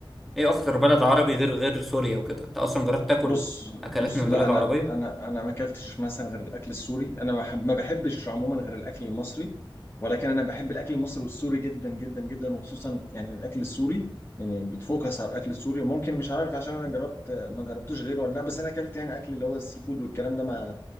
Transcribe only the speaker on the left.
بص
بص
لا
انا
انا انا ما اكلتش مثلا غير الاكل السوري انا ما بحب- ما بحبش عموما غير الاكل المصري ولكن انا بحب الاكل المصري والسوري جدا جدا جدا وخصوصا يعني الاكل السوري يعني بتفوكس على الاكل السوري ممكن مش عارف عشان انا جربت ما جربتوش غيره ولا لا بس انا اكلت يعني اكل اللي هو السي فود والكلام ده ما